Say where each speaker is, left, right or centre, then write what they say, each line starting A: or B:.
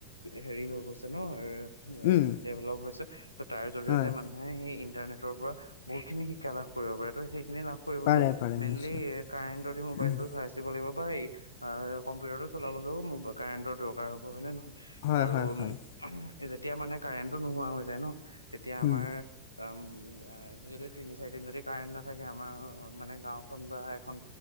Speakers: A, on the left (about 85°); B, on the left (about 55°).
A: হেৰি হৈ গৈছে ন এ।
B: উম,
A: ডেভলপ হৈছে ত তাৰ জৰিয়তে
B: হয়
A: মানুহে সেই ইন্টাৰনেটৰ পৰা বহুতখিনি শিক্ষা লাভ। কৰিব পাৰে ত সেইখিনি লাভ কৰিবলৈও
B: পাৰে পাৰে
A: মেনলি
B: নিশ্চয়
A: কাৰেন্তৰ দি মোবাইল
B: উম,
A: টো ফাৰ্ষ্ট। দিব লাগিব বা এই কম্পিউটাৰটো চলাবলৈও কাৰেন্টৰ দৰকাৰ হ'ব হয় নে নহ।
B: হয়
A: আৰু
B: হয় হয়
A: <inaudible> যেতিয়া মানে কাৰেণ্টো নোহোৱা হৈ যায় ন তেতিয়া আমাৰ।
B: উম,
A: অ <inaudible> যদি তিনি চাৰিদিন যদি কাৰেণ্ট নাথাকে আমাৰ মানে গাওঁখন বা এখন।